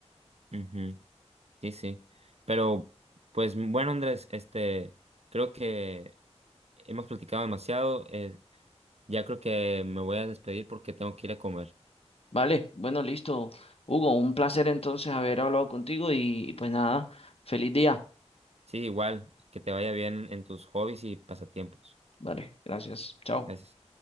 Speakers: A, on the right; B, on the left.
A: Ujú, Sí, sí. Pero, pues bueno, Andrés, este, creo que hemos platicado demasiado. eh, ya creo que me voy a despedir porque tengo que ir a comer.
B: Vale, bueno, listo. Hugo, un placer entonces haber hablado contigo y, y pues nada, feliz día.
A: Sí, igual, que te vaya bien en tus hobbies y pasatiempos.
B: Vale, gracias. Chao.
A: Gracias.